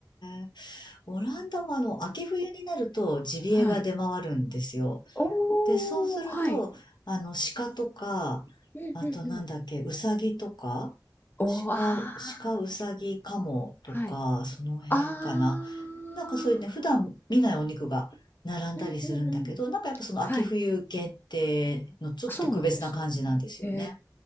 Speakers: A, on the left; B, on the left.
A: え。オランダもあの、秋冬になるとジビエが出回るんですよ。
B: はい。おお、
A: で、そうすると、
B: はい。
A: あの、鹿とか、
B: うんうんうん。
A: あとなんだっけ、うさぎとか、
B: おお、
A: 鹿、
B: ああ、
A: 鹿、うさぎ、カモとか、
B: はい。
A: その辺かな。
B: ああ。
A: なんかそういうね、普段見ないお肉が並んだりするんだけど、
B: うんうんうん。
A: なんかやっぱその秋冬限定のちょっと特別な感じなんですよね。
B: はい。そうなんですね。へ